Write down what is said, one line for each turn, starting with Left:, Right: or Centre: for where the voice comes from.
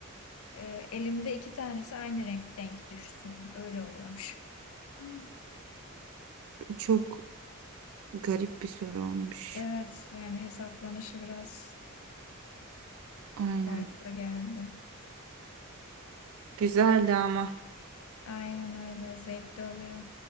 Left: e, elimde iki tanesi aynı renk denk düşsün. Öyle oluyormuş. Hmm.
Right: Bu Çok garip bir soru olmuş.
Left: Evet, yani hesaplanışı biraz
Right: Aynen.
Left: Farklı geldi.
Right: Güzeldi ama.
Left: Aynen öyle zevkli oluyor.